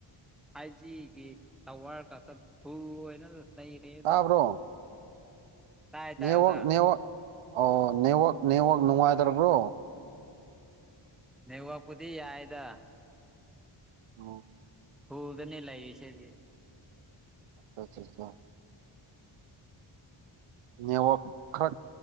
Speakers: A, in the centre; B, on the right (about 85°).
A: ꯍꯥꯏꯖꯤꯒꯤ ꯇꯋꯥꯔ ꯈꯛꯇ ꯐꯨꯜ ꯑꯣꯏꯅ ꯂꯩꯔꯦ ꯍꯧꯖꯤꯛ
B: ꯇꯥꯕ꯭ꯔꯣ
A: ꯇꯥꯏ ꯇꯥꯏ
B: ꯅꯦꯠꯋꯥꯛ
A: ꯑꯣꯖꯥ
B: ꯅꯦꯠꯋꯥꯛ ꯑꯣ ꯅꯦꯠꯋꯥꯛ ꯅꯦꯠꯋꯥꯛ ꯅꯨꯡꯉꯥꯏꯇ꯭ꯔꯕ꯭ꯔꯣ?
A: ꯅꯦꯠꯋꯥꯛ ꯄꯨꯗꯤ ꯌꯥꯏꯗ
B: ꯑꯣ
A: ꯐꯨꯜꯗꯅꯦ ꯂꯩꯔꯤꯁꯦ ꯍꯧꯖꯤꯛ
B: <unintelligible> ꯅꯦꯠꯋꯛ ꯈꯔ